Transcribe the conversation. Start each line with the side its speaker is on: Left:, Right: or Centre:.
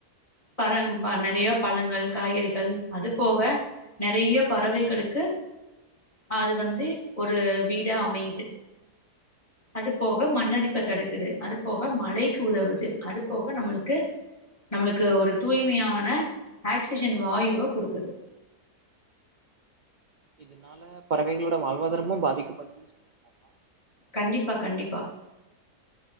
Left: பர மா நெறைய பழங்கள் காய்கறிகள் அது போக நெறைய பறவைகளுக்கு அது வந்து ஒரு வீடா அமையுது அது போக மண்ணரிப்ப தடுக்குது அது போக மழைக்கு உதவுது அது போக நம்மளுக்கு நம்மளுக்கு ஒரு தூய்மையான ஆக்சிஜன் வாயுவ கொடுக்குது
Right: இதுனால பறவைகளோட வாழ்வாதாரமு பாதிக்கப்படுதுன்னு சொல்றீங்க <inaudible>
Left: கண்டிப்பா கண்டிப்பா